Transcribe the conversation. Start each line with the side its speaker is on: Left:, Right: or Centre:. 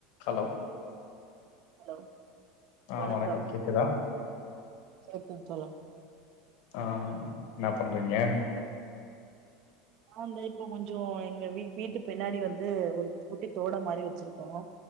Left: Hello
Right: hello
Left: ஆ
Right: வணக்கம்
Left: கேக்குதா
Right: கேக்குது தோழா
Left: ஆ என்னா பண்றீங்க?
Right: ஆ இந்த இப்போ கொஞ்சோ எங்க வீட் வீட்டு பின்னாடி வந்து ஒரு குட்டி தோடம் மாரி வச்சிருக்கோ